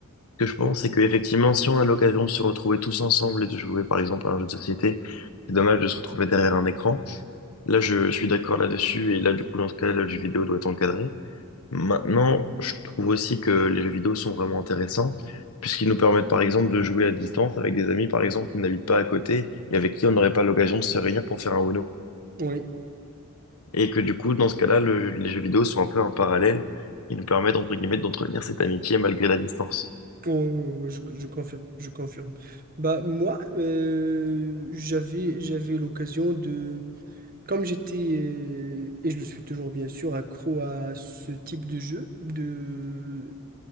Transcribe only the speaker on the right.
Oui,
oui,
con- oui, je, je confirme, je confirme. Bah moi, euh, j'avais j'avais l'occasion de, comme j'étais euh, et je le suis toujours bien sûr accro à ce type de jeu, de